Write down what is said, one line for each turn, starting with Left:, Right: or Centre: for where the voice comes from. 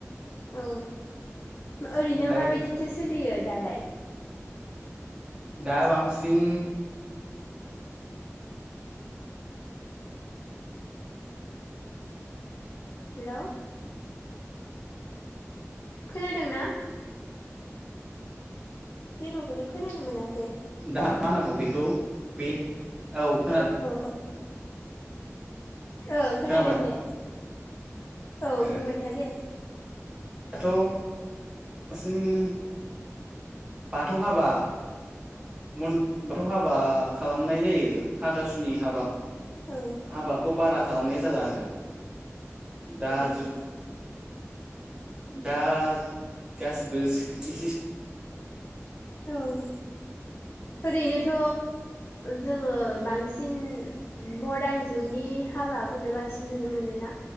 Left: औ ओरैनो
Right: ओमफ्राय
Left: माबायदिथो सोलियो दालाय
Right: दा बांसिन
Left: हेलौ खोनादों ना? जेबोखौनो खोनानो मोना
Right: दा मा होननांगौ बेखौ बे औ खोनादों
Left: औ औ खोनादों
Right: खोनाबाय
Left: दे औ
Right: ओ
Left: बुंबाय था दे
Right: <unintelligible> बाथौ हाबा मोन बाथौ हाबा खालामनाय जायो हाथासुनि हाबा
Left: औ
Right: हाबाखौ बारा खालामनाय जाला आरो दा
Left: औ औ
Right: जुग दा गासैबो <unintelligible>
Left: औ ओरैनोथ जोङो बांसिन मर्डार जुगनि हाबाखौनो बांसिन नुनो मोनो ना